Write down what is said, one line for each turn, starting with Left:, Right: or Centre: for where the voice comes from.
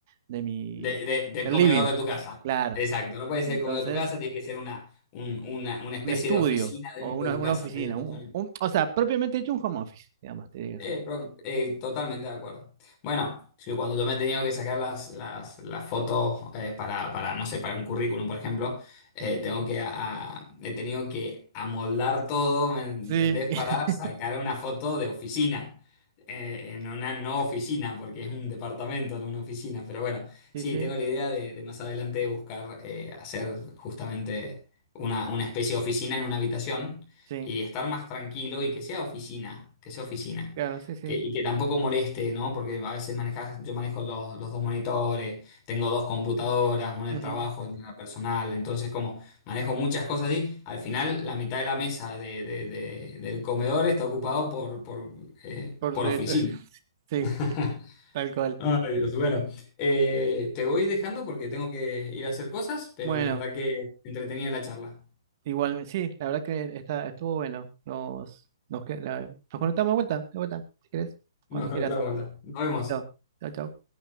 Right: de mi,
Left: de- de- del
Right: del
Left: comedor
Right: living,
Left: de tu casa.
Right: claro.
Left: Exacto, no puede ser
Right: Entonces...
Left: el comedor de tu casa, tiene que ser una, un- una, una especie
Right: un estudio
Left: de oficina dentro
Right: o una,
Left: de tu
Right: una
Left: casa.
Right: oficina.
Left: sí, totalmente.
Right: un- un- o sea, propiamente hecho un home office, digamos, tiene que
Left: Eh,
Right: ser.
Left: pro- eh, totalmente de acuerdo. Bueno, sí, cuando yo me he tenido que sacar las, las, las fotos eh, para, para, no sé, para un currículum, por ejemplo, eh,
Right: Ujú.
Left: tengo que a- he tenido que amoldar todo, ¿me entendés?
Right: Sí,
Left: Para
Right: <laughs>
Left: sacar una foto de oficina, eh, en una no oficina, porque es un departamento, no una oficina. Pero bueno,
Right: sí,
Left: sí,
Right: sí,
Left: tengo la idea de, de más adelante buscar eh, hacer justamente una, una especie de oficina en una habitación
Right: sí,
Left: y estar más tranquilo y que sea oficina, que sea oficina.
Right: claro, sí, sí.
Left: Que- y que tampoco moleste, ¿no? Porque a veces manejas, yo manejo los, los dos monitores, tengo dos computadoras, una
Right: ujú,
Left: del trabajo, una la personal, entonces como manejo muchas cosas y al final la mitad de la mesa de, de- de- del comedor está ocupado por, por, eh,
Right: Por
Left: por
Right: cierto,
Left: oficina.
Right: <laughs>
Left: <laughs>
Right: sí, tal cual.
Left: Ay, Dios, bueno, eh, te voy dejando porque tengo que ir a hacer cosas, pero
Right: Bueno,
Left: la verdad que entretenida la charla.
Right: igual, sí, la verdad que está, estuvo bueno. Nos, nos, que- la- nos conectamos de vuelta, de vuelta, si querés,
Left: Nos
Right: cuando
Left: conectamos
Right: quieras.
Left: de vuelta. Nos vemos.
Right: Listo. Chao, chao.